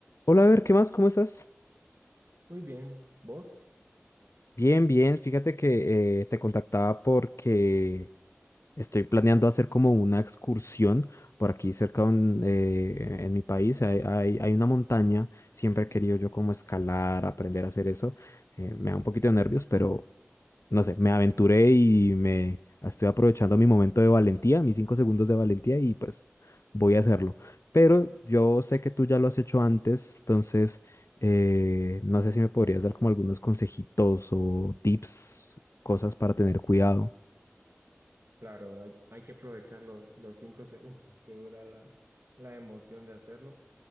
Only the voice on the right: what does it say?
Muy bien, vos,
claro, hay, hay que aprovechar los, los cinco <laughs> segundos que dura la, la emoción de hacerlo.